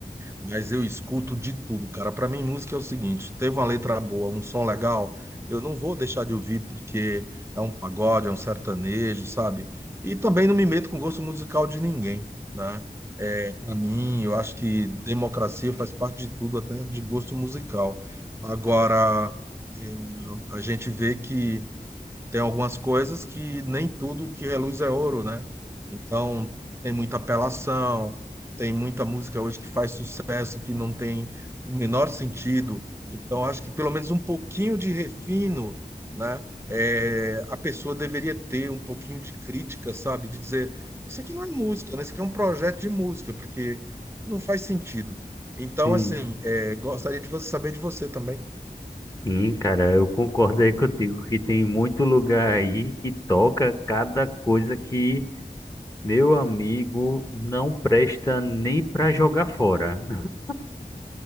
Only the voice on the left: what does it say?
sim,
sim, cara, eu concordo aí contigo que tem muito lugar aí que toca cada coisa que, meu amigo, não presta nem pra jogar fora. <laughs>